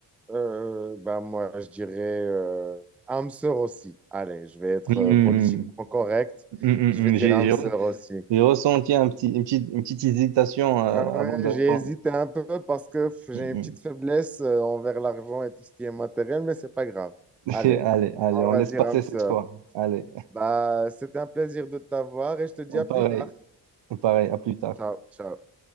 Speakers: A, in the centre; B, on the right.
A: Euh, ben moi, je dirais euh, âme sœur aussi. Allez, je vais être
B: Hmm,
A: euh, politiquement correct.
B: hmm, hmm,
A: Je vais dire
B: hmm, j'ai
A: âme
B: j'ai
A: sœur
B: re-
A: aussi.
B: j'ai ressenti un petit, une petite, une petite hésitation euh,
A: Ah
B: avant
A: ouais,
B: de répondre.
A: j'ai hésité un peu parce que j'ai
B: Hmm,
A: une
B: hmm.
A: petite faiblesse euh, envers l'argent et tout ce qui est matériel, mais c'est pas grave.
B: <laughs>
A: Allez,
B: Allez, allez,
A: on
B: on
A: va
B: laisse
A: dire
B: passer
A: âme sœur.
B: cette fois. Allez,
A: Bah, c'était un plaisir de t'avoir et je te dis à plus
B: pareil,
A: tard.
B: pareil, à plus tard.
A: Ciao, ciao.